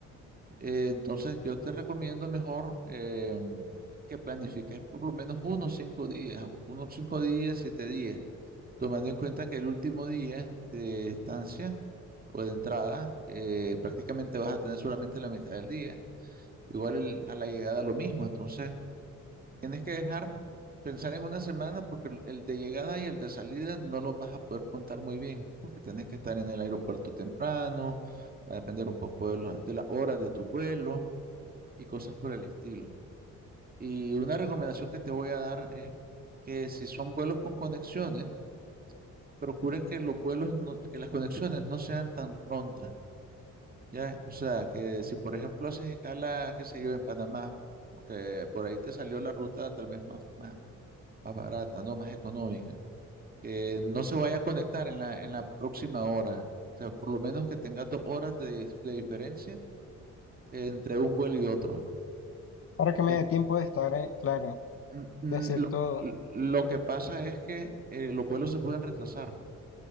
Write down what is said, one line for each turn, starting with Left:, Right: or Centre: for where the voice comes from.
Right: Eh, entonces, yo te recomiendo mejor eh, que planifiques por lo menos unos cinco días, unos cinco días, siete días tomando en cuenta que el último día de estancia o de entrada, eh, prácticamente vas a tener solamente la mitad del día, igual el- a la llegada lo mismo, entonces tienes que dejar pensar en una semana porque el, el de llegada y el de salida no los vas a poder contar muy bien, porque tienes que estar en el aeropuerto temprano, va a depender un poco de, lo- de las horas de tu vuelo y cosas por el estilo. Y una recomendación que te voy a dar es que si son vuelos con conexiones, procures que los vuelos, no- que las conexiones no sean tan prontas, ¿ya? O sea, que si por ejemplo haces escala, qué sé yo, en Panamá, porque por ahí te salió la ruta tal vez más, más, más barata, ¿no? Más económica, que no se vaya a conectar en la, en la próxima hora, o sea, por lo menos que tengas dos horas de, de diferencia entre un vuelo y otro.
Left: para que me
Right: Es-
Left: dé tiempo de estar, eh, claro,
Right: mm, mm,
Left: de hacer
Right: lo,
Left: todo.
Right: lo que pasa es que eh, los vuelos se pueden retrasar.